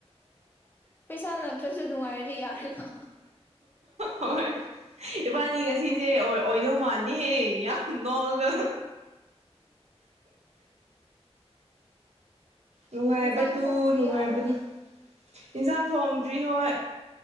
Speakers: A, on the left; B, on the right.
A: ꯄꯩꯁꯥ ꯂꯥꯛꯇ꯭ꯔꯁꯨ ꯅꯨꯡꯉꯥꯏꯔꯗꯤ ꯌꯥꯔꯦꯅ
B: ꯍꯣꯏ ꯏꯕꯥꯟꯅꯤ ꯉꯁꯤꯁꯦ ꯑꯣꯏꯗꯧ ꯃꯥꯅꯤ ꯍꯦ ꯌꯥꯝ ꯅꯣꯛꯑꯒ ꯅꯨꯡꯉꯥꯏꯕꯗꯨ
A: ꯏꯟꯖꯥꯡ ꯊꯣꯡꯗ꯭ꯔꯤ
B: ꯅꯨꯡꯉꯥꯏꯕꯗꯨ
A: ꯍꯥꯏꯕ꯭ꯔꯅꯦ
B: ꯏꯟꯁꯥꯡ ꯊꯣꯡꯗ꯭ꯔꯤ ꯍꯣꯏ